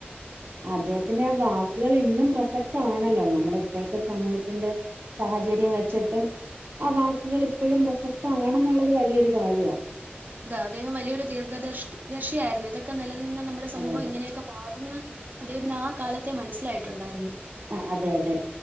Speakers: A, on the right; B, on the right.
A: അദ്ദേഹത്തിന്റെ വക്കുകൾ ഇന്നും പ്രസക്തമാണല്ലോ നമ്മുടെ ഇപ്പോഴത്തെ സമൂഹത്തിന്റെ സാഹചര്യം വെച്ചിട്ടും ആ വാക്കുകൾ ഇപ്പോഴും പ്രസക്തമാണെന്നുള്ളത് വലിയൊരു കാര്യവും
B: അതാ അദ്ദേഹം വലിയൊരു ദീർഘദർഷി ദർശിയായിരുന്നു ഇതൊക്കെ നിലനിന്ന നമ്മുടെ സമൂഹം
A: അതെ അതെ
B: ഇങ്ങനെയൊക്കെ മാറുന്നു അദ്ദേഹത്തിന് ആ കാലത്തെ മനസ്സിലായിട്ടുണ്ടായിരുന്നു
A: ആ അതെ അതെ